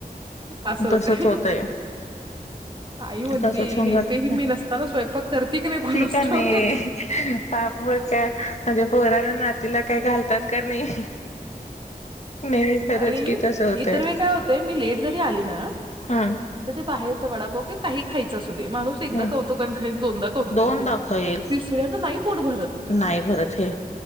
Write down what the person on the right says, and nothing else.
असं होतं
काही म्हणतील
नेमक
हि मी नसताना स्वयंपाक करते की नाही कोण असतो
आणि
इतर वेळी काय होतंय मी लेट जरी आली ना
बाहेरचा वडपाव कि काही खायचा अस दे माणूस एकदा
कौतुकन खाईन दोनदा कौतुकन
खाईन
तिसऱ्याना नाही पोट भरत